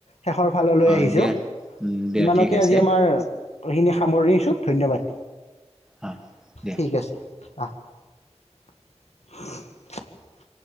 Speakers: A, on the left (about 70°); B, in the centre.
A: শেষৰ ফাললৈ
B: অ
A: আহিছোঁ,
B: দিয়া উম দিয়া
A: ইমানতে
B: ঠিক আছে
A: আজি আমাৰ এইখিনি সামৰিছো, ধন্যবাদ।
B: অ দিয়া
A: ঠিক আছে। আহ, উমস শিট